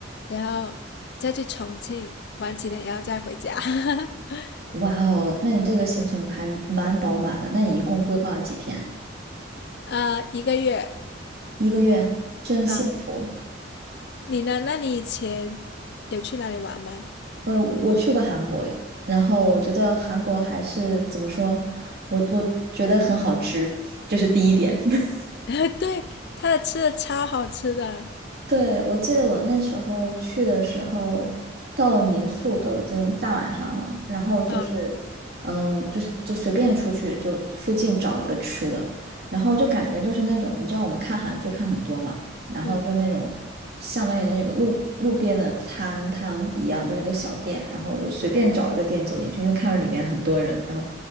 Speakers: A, on the left (about 60°); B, on the right (about 55°).
A: 然后再去重庆玩几天，然后再回家，<laughs>
B: 哇哦，那你这个行程还蛮饱满的。那你一共规划了几天？
A: 呃一个月
B: 一个月，真幸福。
A: 啊。你呢？那你以前有去哪里玩吗？
B: 呃，我去过韩国，然后我觉得韩国还是怎么说，我我觉得很好吃，这是第一点。<laughs>
A: <laughs> 对，他的吃的超好吃的。
B: 对，我记得我那时候去的时候，到了民宿都已经大晚上了，然后就是，
A: 啊，
B: 嗯、就是就随便出去，就附近找一个吃的，然后就感觉就是那种，你知道我们看韩剧看很多嘛，然后就那种相当于那个路路边的摊摊一样，
A: 嗯
B: 就是个小店，然后我就随便找一个店走进去，因为看到里面很多人，然后